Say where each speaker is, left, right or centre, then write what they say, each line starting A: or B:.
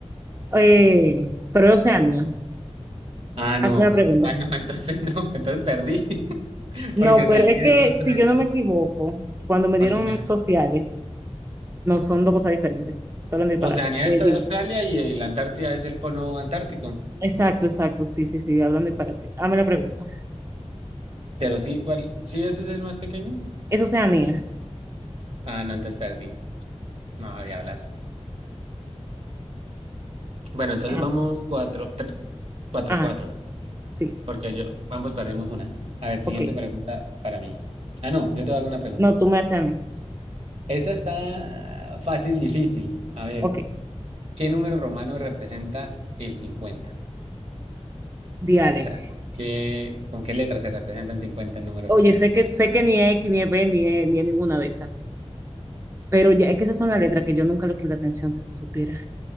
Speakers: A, on the right (about 25°); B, on the right (about 60°).
A: Eh, pero es Oceanía.
B: Ah,
A: Hazme
B: no.
A: la pregunta.
B: Ah, no, <laughs> entonces no. Entonces perdí. <laughs>
A: No,
B: Porque Oceanía
A: pero es que
B: es Australia.
A: si yo no me equivoco, cuando me
B: Oceanía
A: dieron
B: es,
A: sociales, no son dos cosas diferentes. Estoy hablando de disparate.
B: Oceanía es
A: Eh,
B: Australia
A: dime.
B: y la Antártida es el polo antártico.
A: Exacto, exacto, sí, sí, sí, hablando de disparate. Hazme la pregunta.
B: Pero sí, ¿cuál? ¿Sí, eso es el más pequeño?
A: ¿Es Oceanía?
B: Ah, no, entonces perdí. No, diablas. Bueno, entonces
A: Ajá,
B: vamos cuatro, tre- cuatro,
A: ajá,
B: cuatro.
A: sí,
B: Porque yo, ambos perdimos una. A ver, siguiente
A: ok.
B: pregunta para mí. Ah, no, yo te hago una pregunta.
A: No, tú me haces a mí.
B: Esta está fácil, difícil. A ver,
A: Ok,
B: ¿qué número romano representa el 50?
A: diale.
B: O sea, ¿qué, con qué letras se representan 50 en número
A: Oye,
B: romano?
A: sé que, sé que ni es X, ni es B, ni es, ni es ninguna de esas. Pero ya es que esas son las letras que yo nunca le presté atención, si tú supieras.